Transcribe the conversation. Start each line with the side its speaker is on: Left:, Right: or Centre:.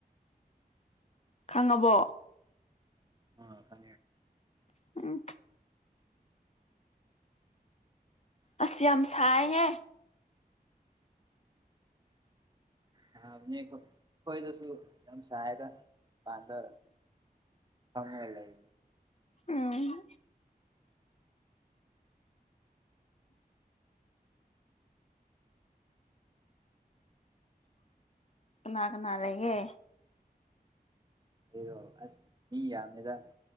Left: ꯈꯪꯉꯕꯣ
Right: ꯑ ꯈ
Left: ꯎꯝ ꯑꯁꯤꯁ ꯌꯥꯝꯝꯁꯑ ꯍꯦ
Right: ꯍꯥ ꯅ ꯍꯣꯏꯗ ꯁꯨ ꯌꯥꯝ ꯁꯍ ꯀ ꯄꯥꯗ ꯐꯃ ꯂꯩ
Left: ꯎꯝ ꯀꯅꯥ ꯀꯅꯥ ꯂꯩꯒꯦ
Right: ꯑꯩꯔꯣ ꯑꯁ ꯃꯤ ꯌꯥꯝꯃꯦꯗ